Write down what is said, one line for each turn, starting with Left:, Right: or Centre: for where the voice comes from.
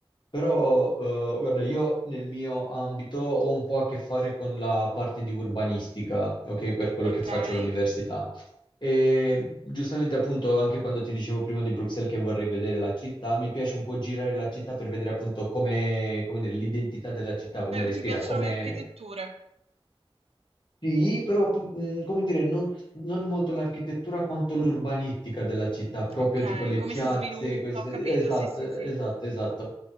Left: Però, eh, guarda, io nel mio ambito ho un po' a che fare con la parte di urbanistica, ok, per quello
Right: ok.
Left: che faccio
Right: Eh,
Left: all'università. E giustamente, appunto, anche quando ti dicevo prima di Bruxelles che vorrei vedere la città, mi piace un po' girare la città per vedere appunto come, come dire, l'identità della città, come respira,
Right: ti piacciono
Left: come,
Right: le architetture?
Left: sì, però appun- mh, come dire, non, non molto l'architettura quanto l'urbanistica della città, proprio
Right: Ok,
Left: tipo le
Right: come
Left: piazze,
Right: si sviluppa,
Left: queste-
Right: ho capito,
Left: esatto,
Right: sì, sì, sì,
Left: esatto, esatto.